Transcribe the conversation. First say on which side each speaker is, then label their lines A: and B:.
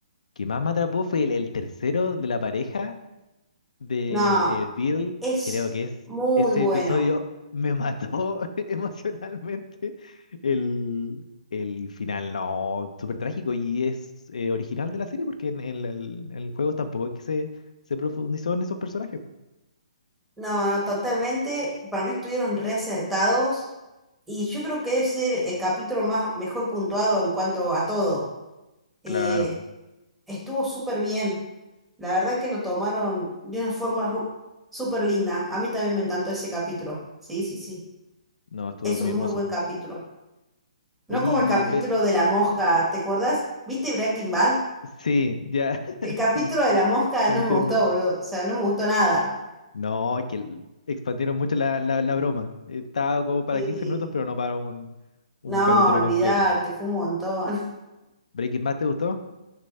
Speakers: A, on the left (about 75°); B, in the centre.
A: que más me atrapó fue el, el tercero de la pareja del
B: no,
A: el Bill.
B: es
A: Creo que es
B: muy
A: ese
B: bueno.
A: episodio me mató <laughs> emocionalmente. El, el final, no, súper trágico y es eh, original de la serie porque en, en el, en el juego tampoco es que se, se profundizó en esos personajes.
B: No, no, totalmente. Para mí estuvieron reacertados y yo creo que debe ser el capítulo más mejor puntuado en cuanto a todo. Eh,
A: Claro,
B: estuvo súper bien. La verdad que lo tomaron de una forma ru- súper linda. A mí también me encantó ese capítulo. Sí, sí, sí.
A: no, estuvo
B: Es
A: muy
B: un
A: hermoso.
B: muy buen capítulo. No
A: Oye,
B: como el capítulo
A: y ve-
B: de la mosca, ¿te acuerdas? ¿Viste Breaking Bad?
A: sí, ya, <laughs>
B: El capítulo
A: sí,
B: de la mosca
A: te
B: no
A: entiendo.
B: me gustó, boludo. O sea, no me gustó nada.
A: No, es que l- expandieron mucho la, la, la broma. Estaba como para
B: Sí.
A: 15 minutos, pero no para un, un
B: No,
A: capítulo
B: olvídate,
A: completo.
B: fue un montón.
A: ¿Breaking Bad te gustó?